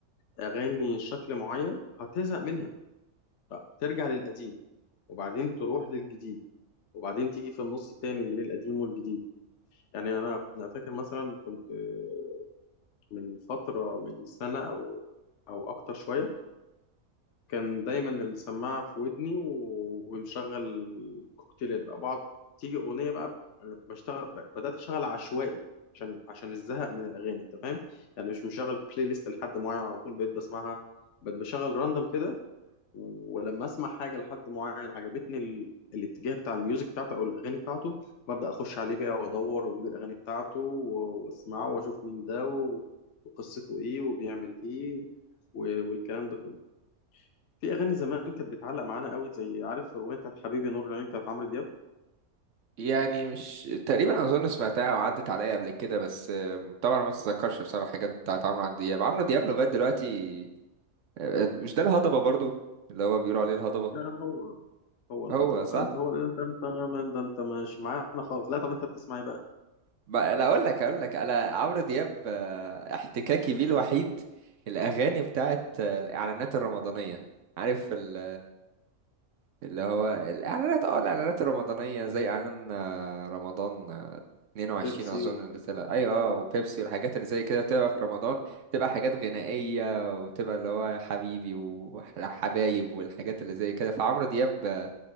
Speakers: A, on the left; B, on the right.
A: اغاني شكل معين هتزهق منها فترجع للقديم وبعدين تروح للجديد وبعدين تيجي في النص تاني من القديم والجديد يعني انا انا فاكر مثلا كنت آه، من فتره من سنه او او اكتر شويه كان دايما السماعه في ودني و- ومشغل كوكتيلات بقى بقعد تيجي اغنيه بقى بشتغل ب- بدات اشتغل عشوائي عشان عشان الزهق من الاغاني انت فاهم يعني مش مشغل بلاي ليست لحد معين على طول بقيت بسمعها بقيت بشغل راندم كده ولما اسمع حاجه لحد معين عجبتني ال... الاتجاه بتاع الميوزك بتاعته او الاغاني بتاعته ببدا اخش عليه بقى وادور واجيب الاغاني بتاعته و- واسمعه واشوف مين ده و... وقصته ايه وبيعمل ايه و... والكلام ده كله في اغاني زمان كانت بتعلق معانا قوي زي عارف الاغنيه بتاعت حبيبي نور العين بتاعت عمرو دياب
B: يعني مش تقريبا أظن سمعتها أو عدت عليا قبل كده بس آه، طبعا ما أتذكرش بصراحة حاجات بتاعت عمرو دياب عمرو دياب لغاية دلوقتي آه، مش ده الهضبة برضو اللي هو بيقولوا عليه الهضبة
A: لا لا، هو هو الهضبه
B: هو صح
A: انت هو انت انت من ده انت مش معانا خالص لا طب انت بتسمع ايه بقى
B: ما لا أقول لك أقول لك أنا عمرو دياب آه، احتكاكي بيه الوحيد الأغاني بتاعت آه، الإعلانات الرمضانية عارف ال اللي هو الإعلانات اه الإعلانات الرمضانية زي إعلان آه، رمضان آه، 22
A: بيبسي
B: أظن
A: وحاجات
B: اللي طلع
A: كده
B: أيوة اه وبيبسي والحاجات اللي زي كده تبقى في رمضان تبقى حاجات غنائية وتبقى اللي هو حبيبي وحبايب والحاجات اللي زي كده فعمرو دياب آه،